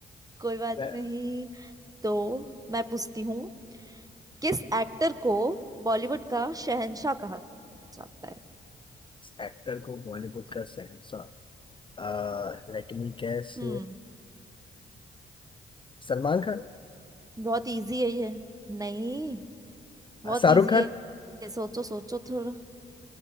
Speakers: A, on the right (about 15°); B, on the left (about 25°).
A: कोई बात
B: <laughs>
A: नहीं तो मैं पूछती हूँ किस एक्टर को बॉलीवुड का शहंशाह कहा जाता है
B: एक्टर को बॉलीवुड का शहंशाह Let me guess
A: हम्म
B: Salman Khan
A: बहुत इजी है ये नहीं बहुत
B: अ, शाहरुख
A: इजी
B: खान
A: है ये सोचो सोचो थोड़ा